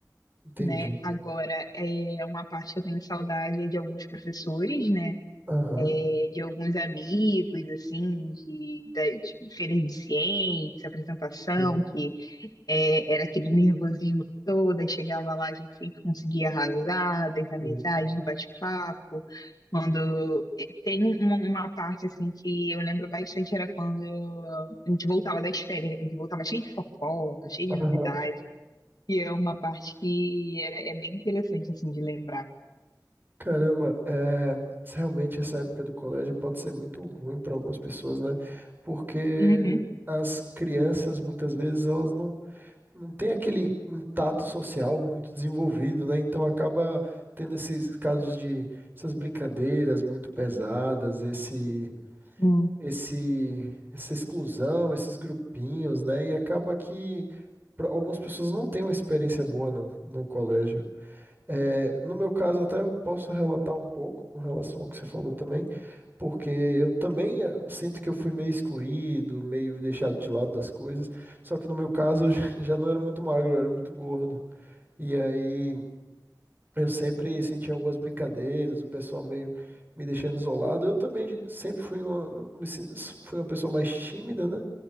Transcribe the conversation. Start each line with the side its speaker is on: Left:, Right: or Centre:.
Right: entendi.
Left: né? Agora, é uma parte que eu tenho saudade é de alguns professores, né?
Right: Aham,
Left: É, De alguns amigos, assim, de, das feiras de ciência, apresentação,
Right: sim,
Left: que é, era aquele nervosismo todo, aí chegava lá, a gente sempre conseguia arrasar, das amizades,
Right: sim.
Left: do bate-papo. Quando eh, tem uma, uma parte assim que eu lembro bastante era quando a gente voltava das férias, né, que a gente voltava cheio de fofoca, cheio de novidade.
Right: Aham.
Left: E é uma parte que era, é bem interessante assim de lembrar.
Right: Caramba, é, realmente essa época do colégio pode ser muito ruim para algumas pessoas, né? Porque
Left: Uhum,
Right: as crianças, muitas vezes, elas não, não têm aquele um tato social muito desenvolvido, né? Então acaba tendo esses casos de essas brincadeiras muito pesadas, esse,
Left: Hum.
Right: esse, essa exclusão, esses grupinhos, né? E acaba que pra- algumas pessoas não têm uma experiência boa no, no colégio. É, no meu caso, até posso relatar um pouco com relação ao que você falou também, porque eu também eh, sinto que eu fui meio excluído, meio deixado de lado das coisas. Só que no meu caso, eu já <laughs> já não era muito magro, eu era muito gordo. E aí eu sempre sentia algumas brincadeiras, o pessoal meio me deixando isolado. Eu também sempre fui uma, me sen- fui uma pessoa mais tímida, né?